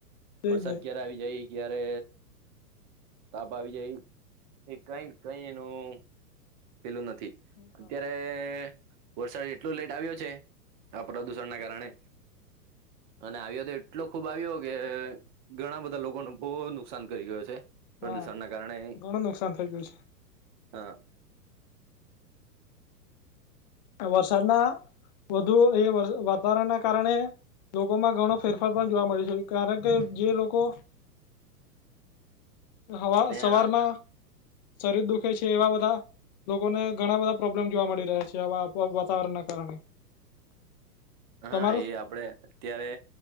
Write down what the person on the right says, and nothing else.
વરસાદ
ક્યારે આવી જાય. જયારે તાપ આવી જાય, એ કઈક કઈ એનું પેલું નથી,
અત્યારે વરસાદ એટલો લેટ આવ્યો છે. આ પ્રદુષણ
ના કારણે, અને આવ્યો તો એટલો ખુબ આવ્યો કે ઘણા બધા લોકોને બહુ નુકસાન કરી ગયો છે.
એ દિવસા કારણે
હ.
ને
આ
હા એ આપડે અત્યારે,